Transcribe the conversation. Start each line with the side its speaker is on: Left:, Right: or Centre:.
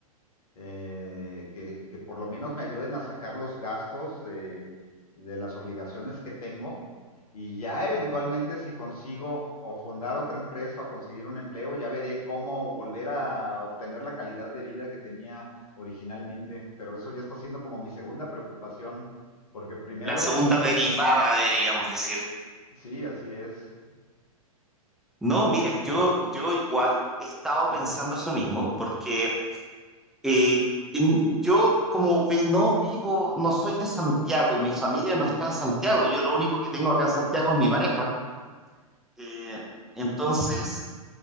Left: eh, que, que, por lo menos me ayuden a sacar los gastos de, de las obligaciones que tengo y ya eventualmente si consigo o fundar otra empresa o conseguir un empleo, ya veré cómo volver a obtener la calidad de vida que tenía originalmente. Pero eso ya está siendo como mi segunda preocupación, porque primero
Centre: La segunda
Left: es lo primero.
Centre: derivada, deberíamos decir.
Left: Sí, así es.
Centre: No, mira, yo, yo igual he estado
Left: Ujú.
Centre: pensando eso mismo, porque eh, en- yo como ve- no vivo, no soy de Santiago y mi familia no está en Santiago, yo lo único que tengo acá en Santiago es mi pareja. Eh, entonces,